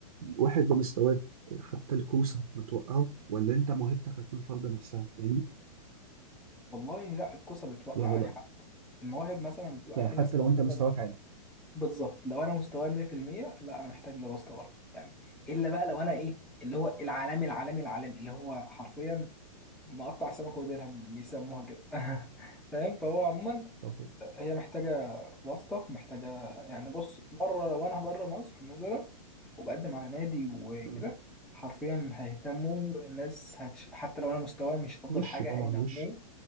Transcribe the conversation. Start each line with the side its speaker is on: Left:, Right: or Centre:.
Right: واحد بمستواك حتى الكوسه ما توقعه ولا انت موهبتك هتكون فرض نفسها فاهمني
Centre: والله لا الكوسه بتوقع
Right: يعني
Centre: اي
Right: لو
Centre: حد المواهب مثلا بتبقى
Right: يعني
Centre: في
Right: حتى
Centre: ناس موهوبه
Right: لو انت مستواك عالي
Centre: بالظبط لو انا مستواي 100% لا انا محتاج لواسطه برضه يعني الا بقى لو انا ايه اللي هو العالمي العالمي العالمي اللي هو حرفيا مقطع السمكه وديلها بيسموها كده <laughs> فاهم فهو عموما
Right: طب
Centre: هي محتاجه واسطه محتاجه يعني بص بره لو انا بره مصر مثلا وبقدم على نادي وكده
Right: مم.
Centre: حرفيا هيهتموا الناس هتش... حتى لو انا مستواي مش افضل
Right: وش
Centre: حاجه
Right: طبعا
Centre: هينموه
Right: وش